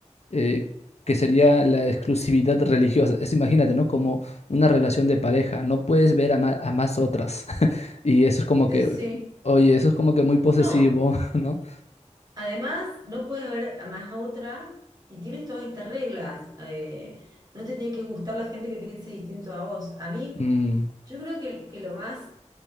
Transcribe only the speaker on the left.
eh, que sería la exclusividad religiosa. Es, imagínate, ¿no? Como una relación de pareja, no puedes ver a, ma- a más otras. <laughs> Y eso es como
que,
oye, eso es como que muy posesivo,
<laughs> ¿no?
Mm,